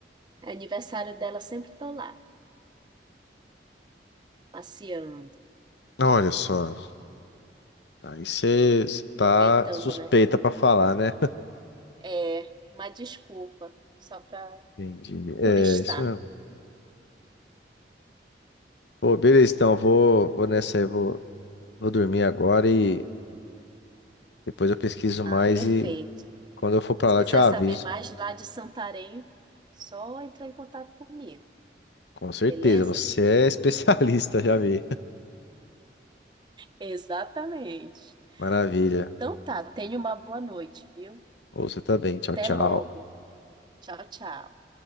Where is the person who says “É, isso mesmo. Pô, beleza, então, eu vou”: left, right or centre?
Left